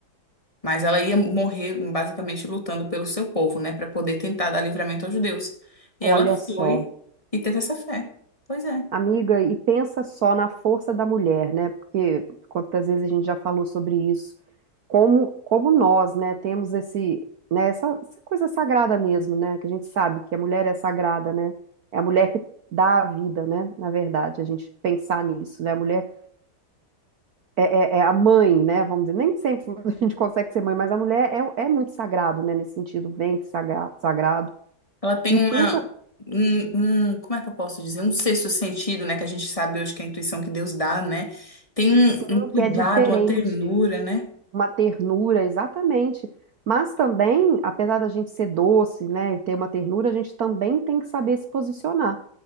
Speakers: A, on the left; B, on the right.
A: Mas ela ia morrer basicamente lutando pelo seu povo, né, Pra poder tentar dar livramento aos judeus. E
B: Olha
A: ela
B: só.
A: foi e teve essa fé. Pois é.
B: Amiga, e pensa só na força da mulher, né? Porque quantas vezes a gente já falou sobre isso como, como nós, né, temos esse, né, essa, essa coisa sagrada mesmo, né, que a gente sabe que a mulher é sagrada, né, é a mulher que dá a vida, né, na verdade, a gente pensar nisso, né, a mulher é, é- é a mãe, né, vamos dizer, nem sempre <laughs> a gente consegue ser mãe, mas a mulher é, é muito sagrado, né, nesse sentido, ventre sagra- sagrado,
A: Ela tem
B: e
A: uma
B: pensa,
A: um, um- como é que eu posso dizer? Um sexto sentido, né, que a gente sabe hoje que é a intuição que Deus dá, né? Tem um,
B: sim,
A: um cuidado,
B: que é diferente,
A: uma ternura, né?
B: uma ternura, exatamente, mas também, apesar da gente ser doce, né, e ter uma ternura, a gente também tem que saber se posicionar.